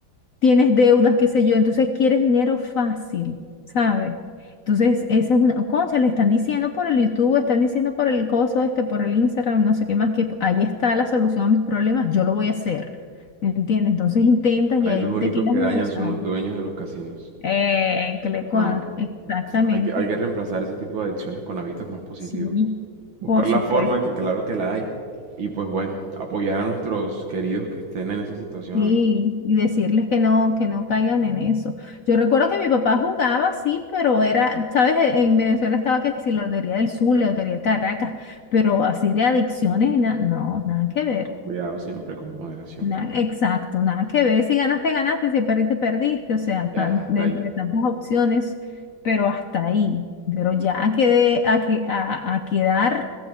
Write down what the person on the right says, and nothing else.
Ahí
los únicos
que
dañan son los dueños de los casinos.
No,
hay que, hay que reemplazar ese tipo de adicciones con hábitos más positivos.
Buscar
la
forma, que claro que la hay, y pues bueno, apoyar a nuestros queridos que estén en esa situación
hoy,
con cuidado siempre, con moderación.
Ya,
hasta
ahí,